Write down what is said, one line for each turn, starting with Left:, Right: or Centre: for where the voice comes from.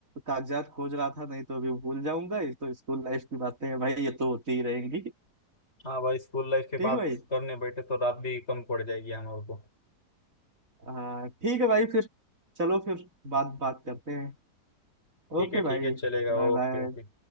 Right: कागजात खोज रहा था नहीं तो अभी भूल जाऊंगा ये तो स्कूल लाइफ की बातें हैं भाई ये तो होती ही रहेंगी
Left: हाँ भाई स्कूल लाइफ की
Right: ठीक
Left: बात
Right: भाई
Left: करने बैठे तो रात भी कम पड़ जाएगी हमारे को
Right: हाँ ठीक है भाई फिर चलो फिर बात बात करते हैं
Left: ठीक
Right: ओके
Left: है ठीक
Right: भाई
Left: है चलेगा
Right: बाय
Left: ओके
Right: बाय
Left: ओके